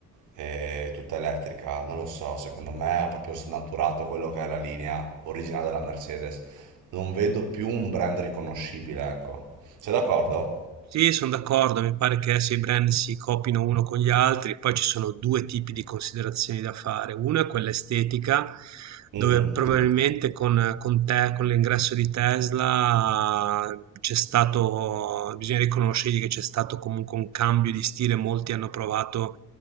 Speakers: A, on the right; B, on the right.
A: eh, tutta elettrica, non lo so, secondo me ha proprio snaturato quello che è la linea originale della Mercedes. Non vedo più un brand riconoscibile, ecco. Sei d'accordo?
B: Sì, sono d'accordo, mi pare che se i brand si copino uno con gli altri, poi ci sono due tipi di considerazioni da fare. Una è quella estetica,
A: Mhm.
B: dove probabilmente con, con te, con l'ingresso di Tesla c'è stato, bisogna riconoscergli che c'è stato comunque un cambio di stile, molti hanno provato